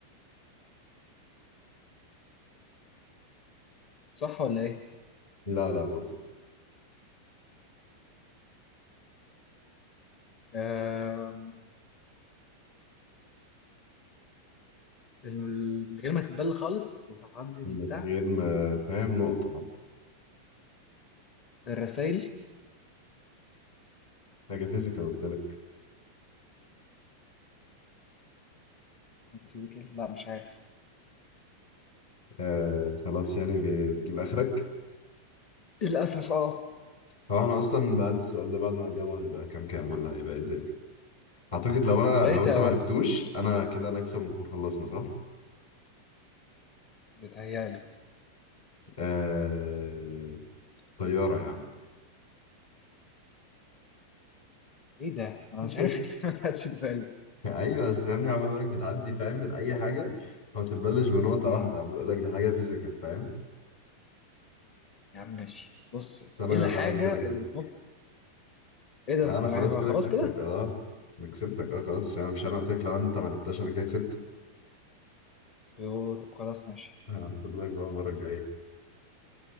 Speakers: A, on the left; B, on the left.
A: صح ولا ايه
B: لا لا برضه
A: آه من غير ما تتبل خالص وتعدي
B: من
A: البتاع
B: غير ما فاهم نقطة حتى
A: الرسائل
B: حاجة فيزيكال قلت لك
A: فيزيكال لا مش عارف
B: آه خلاص يعني ب- بتجيب آخرك
A: للأسف اه
B: هو احنا أصلا بعد السؤال ده بعد ما نجاوب هنبقى كام كام ولا هيبقى ايه الدنيا أعتقد لو أنا
A: بدايتها
B: لو أنت معرفتوش أنا كده أنا أكسب ونكون خلصنا صح؟
A: بتهيألي
B: آه... طيارة يا عم
A: ايه ده؟ انا
B: <laughs>
A: مش عارف <laughs> إزاي ما كانتش في بالي
B: ايوه بس يا ابني عمال لك بتعدي فاهم من اي حاجه ما بتبلش بنقطه
A: امم
B: واحده عمال اقول لك دي حاجه فيزيكال فاهم
A: يا عم ماشي بص
B: بس انا
A: ايه الحاجة
B: خلاص كده كسبتك
A: اللي بتنط ايه ده؟
B: لا انا خلاص
A: يعني بقى
B: كده
A: خلاص
B: كسبتك
A: كده؟
B: اه انا كسبتك اه خلاص عشان مش انا قلت لك لو انت ما جبتهاش انا كده كسبت
A: يوه طب خلاص ماشي
B: انا هحدد لك بقى المره الجايه